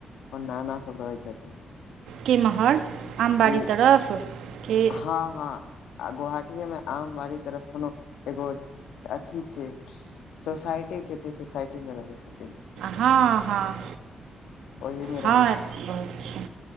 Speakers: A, on the left; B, on the right.
A: ओर नाना सब रहै छथिन
B: केमहर आमबाड़ी
A: ई
B: तरफ के
A: हँ हँ आ गोहाटीे में आम बाड़ी तरफ कोनो एगो अथी छै सोसाइटी छैऽ सोसाइटी में रहैत छथिन
B: हँ हँ
A: ओहि मे
B: हँ
A: रहै
B: बहुत छै